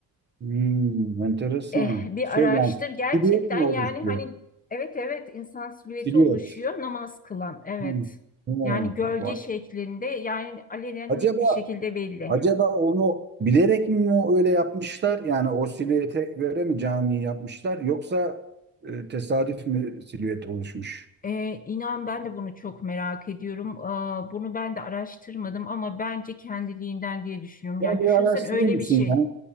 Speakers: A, on the right; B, on the left.
A: Hmm, enteresan.
B: Eh, bir
A: Şey
B: araştır
A: yani
B: gerçekten
A: silüet mi oluşuyor?
B: yani hani evet evet insan silüeti
A: Silüet.
B: oluşuyor namaz kılan evet
A: Hmm. Tamam.
B: yani gölge
A: Vay.
B: şeklinde yani alenen
A: Acaba
B: net bir şekilde belli.
A: acaba onu bilerek mi o öyle yapmışlar? Yani o silüete göre mi camiyi yapmışlar? Yoksa e, tesadüf mü silüet oluşmuş?
B: Eh, inan ben de bunu çok merak ediyorum. Aa, bunu ben de araştırmadım ama bence kendiliğinden diye düşünüyorum.
A: Bunu
B: Ya düşünsen
A: bir araştırır
B: öyle
A: mısın
B: bir şey.
A: ya?